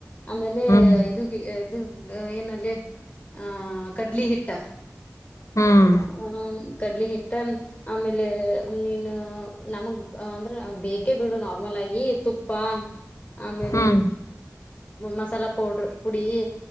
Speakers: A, on the left; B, on the left.
A: ಆಮೇಲೆ
B: ಹ್ಮ್
A: ಇದು ಇದು ಏನಲ್ಲಿ ಆ ಕಡ್ಲಿ ಹಿಟ್ಟ
B: ಹ್ಮ್
A: ಆ ಕಡ್ಲಿ ಹಿಟ್ಟ ಆಮೇಲೆ ನೀನು ನಮಗ್ ಅಂದ್ರ ಬೇಕೇ ಬಿಡು ನಾರ್ಮಲ್ ಆಗಿ ತುಪ್ಪ ಆಮೇ
B: ಹ್ಮ್
A: ಮಸಾಲಾ ಪೌಡರ್ ಪುಡಿ